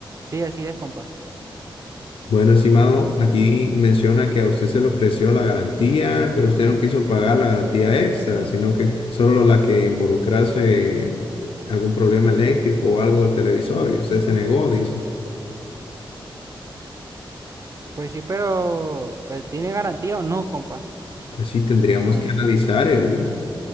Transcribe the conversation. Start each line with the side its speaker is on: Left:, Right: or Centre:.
Right: Sí, así es, compa.
Left: Bueno, estimado, aquí menciona que a usted se le ofreció la garantía, pero usted no quiso pagar la garantía extra, sino que solo la que involucrase algún problema eléctrico o algo del televisor y usted se negó, dice.
Right: Pues sí, pero, pues, ¿tiene garantía o no, compa?
Left: Pues sí, tendríamos
Right: Me-
Left: que analizar el,